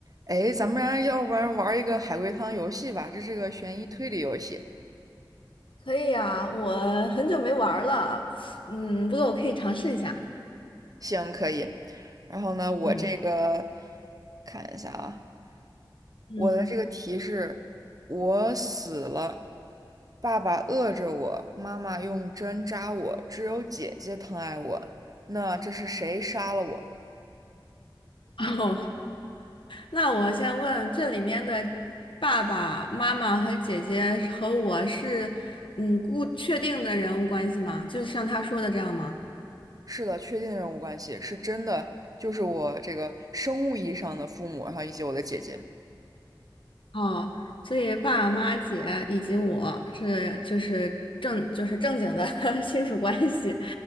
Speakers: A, on the right; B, on the left.
A: 哎，咱们俩要不然玩一个海龟汤游戏吧，这是个悬疑推理游戏。
B: 可以呀，我很久没玩儿了，嗯，不过我可以尝试一下。
A: 行，可以。然后呢，我这个
B: 嗯
A: 看一下啊，
B: 嗯，
A: 我的这个题是：我死了，爸爸饿着我，妈妈用针扎我，只有姐姐疼爱我。那这是谁杀了我？
B: <laughs> 哦，那我先问，这里面的爸爸妈妈和姐姐和我是嗯固确定的人物关系吗？就是像他说的这样吗？
A: 是的，确定人物关系是真的，就是我这个生物意义上的父母，然后以及我的姐姐。
B: 哦，所以爸爸妈妈姐以及我是就是正就是正经的 <laughs> 亲属关系，